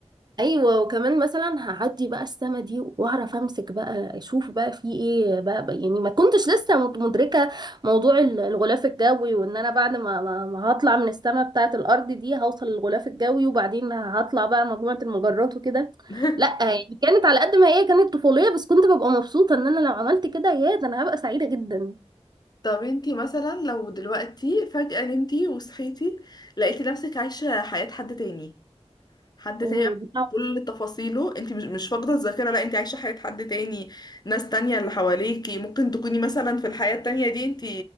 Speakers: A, on the right (about 40°); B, on the left (about 35°).
A: ايوه وكمان مثلا هعدي بقى السما دي واعرف امسك بقى اشوف بقى في ايه بقى, بقى يعني ما كنتش لسه مد- مدركه موضوع ال- الغلاف الجوي وان انا بعد ما, ما, ما هطلع من السما بتاعه الارض دي هوصل للغلاف الجوي وبعدين هطلع بقى مجموعه المجرات وكده
B: <laughs>
A: لا يعني كانت على قد ما هي كانت طفوليه بس كنت ببقى مبسوطه ان انا لو عملت كده يا ده انا هبقى سعيده جدا
B: طب انتي مثلا لو دلوقتي فجأة نمتي وصحيتي لقيتي نفسك عايشة حياة حد تاني حد
A: اوه
B: تاني بقى
A: دي
B: بكل تفاصيله انت مش مش فاقده الذاكره لا انت عايشه حياه حد تاني ناس تانية اللي حواليكي ممكن تكوني مثلا في الحياه التانية دي انت